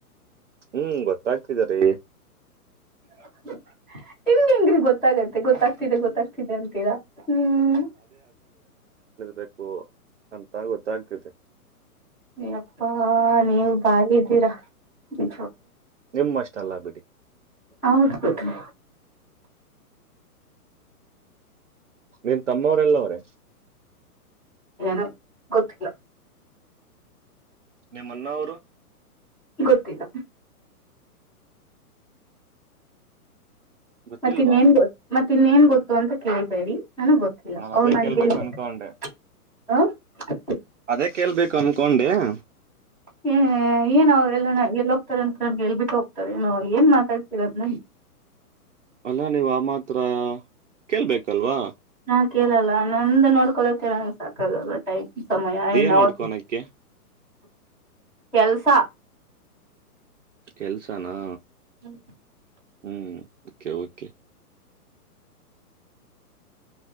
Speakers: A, on the right; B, in the centre.
A: ಹ್ಮ್ ಗೊತ್ತಾಗ್ತಿದಾರೀ
B: ಹಂಗ್ಗೆ ಹೆಂಗ್ರಿ ಗೊತ್ತಾಗತ್ತೆ ಗೊತ್ತಾಗ್ ದೆ ಗೊತ್ತಾಗ್ತಿದೆ ಅಂತೀರಾ ಹ್ಮ್
A: ಬೇಕು ಅಂತ ಗೊತ್ತಾಗ್ತಿದೆ
B: ಅಪ್ಪಾ ನೀವ ಬಾಯ ಇದ್ದೀರಾ ವಿ
A: ನಿಮ್ಮ ಅಷ್ಟ ಅಲ್ಲ ಬಿಡಿ
B: ಹೌದ ಬಿಡ್ರಿ
A: ನಿನ್ ತಮ್ಮವರೆಲ್ಲ ಅವ್ರೆ
B: ಏನು ಗೊತ್ತಿಲ್ಲ
A: ನಿಮ್ಮ ಅನ್ನ ಅವರು
B: ಗೊತ್ತಿಲ್ಲ
A: ಗೊತ್ತಿಲ್ವಾ
B: ಮತ್ತೆ ಇನ್ನೇನ್ ಗೋ ಮತ್ತೆ ತಿನ್ನೇನ್ ಗೊತ್ತು ಅಂತ ಕೇಳ್ಬೇಡಿ ನನಗ್, ಗೊತ್ತಿಲ್ಲ,
A: ನಾನ್
B: ಅವ್
A: ಅದೇ
B: ನನ್ಗೆ
A: ಕೇಳ್ಬೇಕು
B: ಹೇಳಿದ್ಲು.
A: ಅನ್ಕೊಂಡೆ
B: <unintelligible> ಹ. <unintelligible>
A: ಅದೇ, ಕೇಳ್ಬೇಕು, ಅನ್ಕೊಂಡೆ? <inaudible>
B: ಹ್ಮ್, ಏನ, ಅವರು, ಎಲ್ಲನ. <inaudible> ಎಲ್ಲಿ, ಹೋಗ್ತಾರೆ! ಅಂತ ನನ್ಗೆೇಳ್ಬಿಟ್ಟು, ಹೋಗ್ತಾರೆ ಏನ್ ಮಾತಾಡ್ತಿರದನ್ನ. <inaudible>
A: ಅಲ್ಲಾ, ನೀವ್, ಆ ಮಾತ್ರ ಕೇಳ್ಬೇಕಲ್ವಾ? <inaudible>
B: ಹಾ, ಕೇಳಲ್ಲ, ಅವನ್ನುಂಧು, ನೋಡಿಕೊಂಡ್ರೆಸಕ್ಕೂ, ಕೇಳ್ಧುನ್ನಾಗೆ, ಟೈ.. <inaudible> ಸಮಯ, ಆ
A: ಏನ್
B: ನವದು.
A: ನೋಡ್ಕೊನಕ್ಕೆ
B: <inaudible> ಕೆಲ್ಸ
A: ಕೆಲ್ಸನಾ
B: ಹ್ಮ್
A: ಹ್ಮ್ ೆ ಓಕೆ